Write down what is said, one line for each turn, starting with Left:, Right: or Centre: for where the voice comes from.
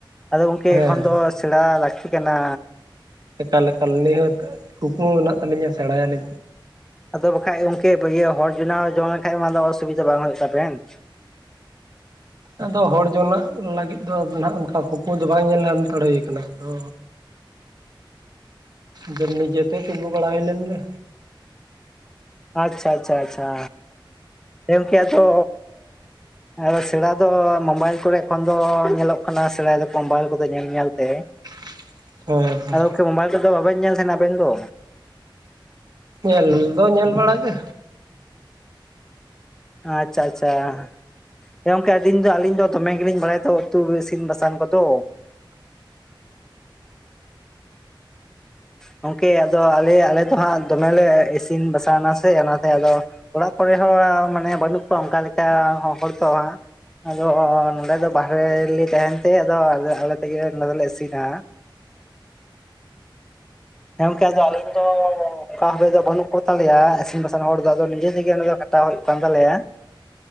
Centre: ᱟᱫᱚ ᱜᱚᱝᱠᱮ
Right: ᱦᱮᱸ
Centre: ᱮᱠᱷᱚᱱ
Right: ᱦᱮᱸ
Centre: ᱫᱚ ᱥᱮᱬᱟ ᱞᱟᱹᱠᱛᱤ ᱠᱟᱱᱟ᱾
Right: ᱮᱠᱟᱞ ᱮᱠᱟᱞ ᱱᱤᱦᱟᱹᱛ ᱠᱩᱠᱢᱩ ᱢᱮᱱᱟᱜ ᱛᱟᱹᱞᱤᱧᱟ ᱥᱮᱬᱟᱭᱟᱞᱤᱧ᱾
Centre: ᱟᱫᱚ ᱵᱟᱠᱷᱟᱡ ᱜᱚᱝᱠᱮ ᱵᱟᱹᱭᱟᱹ ᱦᱚᱲ ᱡᱚᱱᱟᱣ ᱡᱚᱜ ᱞᱮᱝᱠᱟᱡ ᱚᱱᱟ ᱚᱥᱩᱵᱤᱫᱟ ᱵᱟᱝ ᱦᱩᱭᱩᱜ ᱛᱟᱯᱮᱱ ᱾
Right: ᱟᱫᱚ ᱦᱚᱲ ᱡᱚᱱᱟᱜ ᱞᱟᱹᱜᱤᱫ ᱫᱚ ᱱᱟᱜ ᱚᱱᱠᱟ ᱠᱩᱠᱢᱩ ᱫᱚ ᱵᱟᱝ ᱧᱮᱞ ᱦᱟᱛᱟᱲ ᱦᱩᱭ ᱠᱟᱱᱟ ᱟᱫᱚ᱾ ᱫᱮᱱ ᱱᱤᱡᱮᱛᱮ ᱛᱤᱸᱜᱩ ᱵᱟᱲᱟ ᱦᱩᱭ ᱞᱮᱱ ᱜᱮ᱾
Centre: ᱟᱪᱪᱷᱟ ᱟᱪᱪᱷᱟ ᱟᱪᱪᱷᱟ ᱮᱢ ᱠᱮ ᱛᱚ ᱟᱨ ᱥᱮᱬᱟ ᱫᱚ ᱢᱳᱵᱟᱭᱤᱞ ᱠᱚᱨᱮ ᱠᱷᱚᱱ ᱫᱚ ᱧᱮᱞᱚᱜ ᱠᱟᱱᱟ ᱥᱮᱬᱟᱭ ᱫᱚᱠᱚ ᱢᱳᱵᱟᱭᱤᱞ ᱠᱚᱨᱮ ᱧᱮᱞ ᱧᱮᱞ ᱛᱮ᱾
Right: <inaudible> ᱦᱳᱭ ᱦᱳᱭ
Centre: ᱟᱫᱚ ᱜᱚᱢᱠᱮ ᱢᱳᱵᱟᱭᱤᱞ ᱛᱮᱫᱚ ᱵᱟᱵᱮᱱ ᱧᱮᱞ ᱛᱟᱦᱮᱱᱟ ᱟᱵᱮᱱ ᱫᱚ?
Right: ᱧᱮᱞ ᱫᱚ ᱧᱮᱞ ᱵᱟᱲᱟ ᱜᱮ᱾
Centre: ᱟᱪᱪᱷᱟ ᱟᱪᱪᱷᱟ, ᱦᱮᱸ ᱜᱚᱝᱠᱮ ᱟᱹᱫᱤᱱ ᱫᱚ ᱟᱹᱞᱤᱧ ᱫᱚ ᱫᱚᱢᱮ ᱜᱮᱞᱤᱧ ᱵᱟᱲᱟᱭᱟ ᱛᱚ᱾ ᱩᱛᱩ ᱠᱚ ᱤᱥᱤᱱ ᱵᱟᱥᱟᱝ ᱠᱚᱫᱚ᱾ ᱜᱚᱝᱠᱮ ᱟᱫᱚ ᱟᱞᱮ ᱟᱞᱮ ᱫᱚ ᱦᱟᱸᱜ ᱫᱚᱢᱮ ᱞᱮ ᱤᱥᱤᱱ ᱵᱟᱥᱟᱝ ᱮᱱᱟ ᱥᱮ ᱚᱱᱟᱛᱮ ᱟᱫᱚ ᱚᱲᱟᱜ ᱠᱚᱨᱮ ᱦᱚᱸ ᱢᱟᱱᱮ ᱵᱟᱹᱱᱩᱜ ᱠᱚᱣᱟ ᱚᱱᱠᱟ ᱞᱮᱠᱟ ᱦᱚᱲᱛᱚ ᱦᱟᱸᱜ ᱟᱫᱚ ᱱᱚᱰᱮ ᱫᱚ ᱵᱟᱦᱨᱮ ᱨᱮᱞᱮ ᱛᱟᱦᱮᱱ ᱛᱮ ᱟᱫᱚ ᱟᱞᱮ ᱛᱮᱜᱮ ᱱᱚᱸᱰᱮ ᱫᱚᱞᱮ ᱤᱥᱤᱱᱟ᱾ ᱦᱮ ᱜᱚᱝᱠᱮ ᱟᱫᱚ ᱟᱹᱞᱤᱧ ᱫᱚ ᱠᱟ ᱦᱟᱵᱤᱡ ᱫᱚ ᱵᱟᱹᱱᱩᱜ ᱠᱚ ᱛᱟᱞᱮᱭᱟ ᱤᱥᱤᱱ ᱵᱟᱥᱟᱝ ᱦᱚᱲ ᱫᱚ ᱟᱫᱚ ᱱᱤᱡᱮ ᱛᱮᱜᱮ ᱚᱱᱟ ᱫᱚ ᱠᱷᱟᱴᱟᱣ ᱦᱩᱭᱩᱜ ᱠᱟᱱ ᱛᱟᱞᱮᱭᱟ᱾